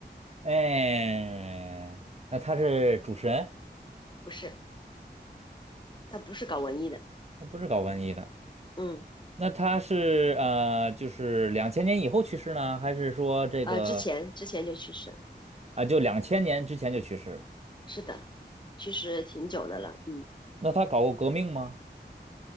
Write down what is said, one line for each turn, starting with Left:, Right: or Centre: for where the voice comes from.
Right: 哎，那他是主持人，
Left: 不是，他不是搞文艺的，
Right: 他不是搞文艺的。
Left: 嗯，
Right: 那他是呃，就是两千年以后去世呢，还是说这个
Left: 呃，之前之前就去世了，
Right: 啊，就两千年之前就去世了？
Left: 是的，去世挺久的了，嗯，
Right: 那他搞过革命吗？